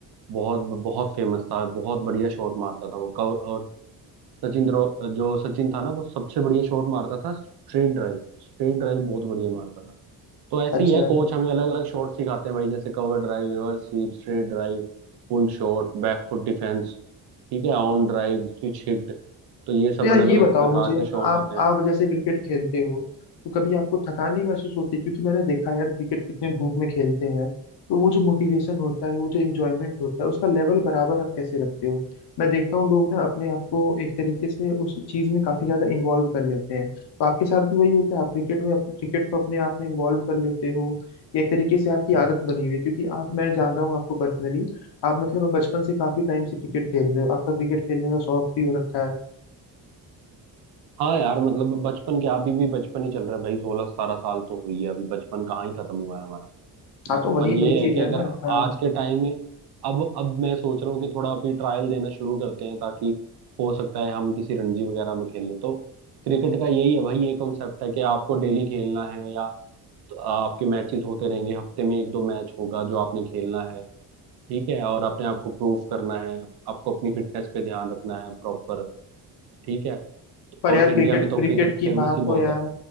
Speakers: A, on the right; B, on the left.
A: बहुत बहुत फेमस था बहुत बढ़िया शॉट मारता था वो कव, और सचिन द्रो- जो सचिन था ना वो सबसे बढ़िया शॉट मारता था स्ट्रेट ड्राइव स्ट्रेट ड्राइव बहुत बढ़िया मारता था तो ऐसे
B: अच्छा
A: ही है कोच हमें अलग अलग शॉट सिखाते हैं भाई जैसे cover drive reverse sweep straight drive pull shot back foot defence ठीक है ऑन ड्राइव स्विच हिट तो ये सब
B: तो यार
A: अलग
B: ये
A: अलग
B: बताओ
A: प्रकार
B: मुझे
A: के शॉट
B: आप
A: होते
B: आप जैसे क्रिकेट खेलते हो तो कभी आपको थकान नहीं महसूस होती क्योंकि मैंने देखा है यार क्रिकेट कितने धूप में खेलते हैं तो वो जो मोटिवेशन होता है वो जो इंजॉयमेंट होता है उसका लेवल बराबर आप कैसे रखते हो मैं देखता हूँ लोग ना अपने आप को एक तरीके से उस चीज में काफी ज्यादा इन्वॉल्व कर लेते हैं तो आपके साथ भी वही होता है आप क्रिकेट में क्रिकेट को अपने आप में इन्वॉल्व कर लेते हो या एक तरीके से आपकी
A: हैं
B: आदत बनी हुई है क्योंकि आप मैं जानता हूँ आपको पर्सनली आप मतलब बचपन से काफी टाइम से क्रिकेट खेल रहे हो आपका क्रिकेट खेलने का शौक भी हो रखा है
A: हाँ यार मतलब बचपन के अभी भी बचपन ही चल रहा है भाई सोलह सतारह साल तो हुई है अभी बचपन कहाँ ही खत्म हुआ है हमारा
B: हाँ
A: मत
B: तो वही
A: पर ये
B: वही
A: है
B: चीज
A: कि
B: है
A: अगर
B: ना हाँ
A: आज के टाइम में अब अब मैं सोच रहा हूँ कि थोड़ा अभी ट्रायल देना शुरू करते हैं ताकि हो सकता है हम किसी रणजी वगैरह में खेल लें तो क्रिकेट का यही है भाई ये कॉन्सेप्ट है कि आपको डेली खेलना है या तो आपके मैचेस होते रहेंगे हफ्ते में एक दो मैच होगा जो आपने खेलना है ठीक है और अपने आप को प्रूव करना है आपको अपनी फिटनेस पे ध्यान रखना है प्रॉपर ठीक है
B: पर
A: और
B: यार
A: इंडिया
B: क्रिकेट
A: में तो
B: क्रिकेट
A: क्रिकेट
B: की
A: फेमस
B: बात
A: ही
B: हो
A: बहुत
B: यार
A: है